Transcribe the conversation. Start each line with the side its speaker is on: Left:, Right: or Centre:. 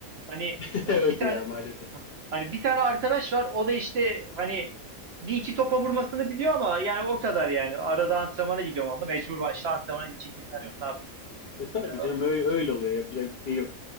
Right: Hani
Left: <laughs>
Right: e,
Left: Evet
Right: bir tane
Left: ya maalesef.
Right: hani bir tane arkadaş var. O da işte hani bir iki topa vurmasını biliyor ama yani o kadar yani. Arada antrenmana gidiyorum onunla. Mecbur başta antrenmana gidecek insan yok. Tabii.
Left: E tabii
Right: E,
Left: canım öyle, öyle oluyor. Yapacak bir şey yok.